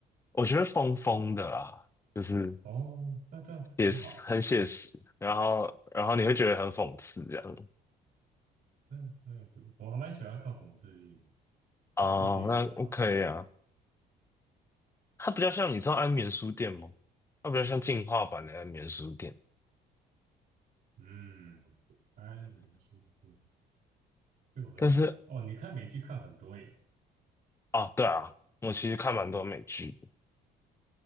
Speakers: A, on the left; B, on the right.
A: 我觉得疯疯的啦，就是
B: 哦，那这样子很好，
A: 也是很写实，然后然后你会觉得很讽刺这样。
B: 那那不是，我还蛮喜欢看讽刺剧的，
A: 哦，
B: 讽刺剧比较好看。
A: 那 OK 啊，它比较像，你知道安眠书店吗？它比较像进化版的安眠书店。
B: 嗯，安利世界，这个，我都没看过。
A: 但是
B: 哦，你看美剧看很多耶，
A: 哦，对啊，我其实看蛮多美剧的，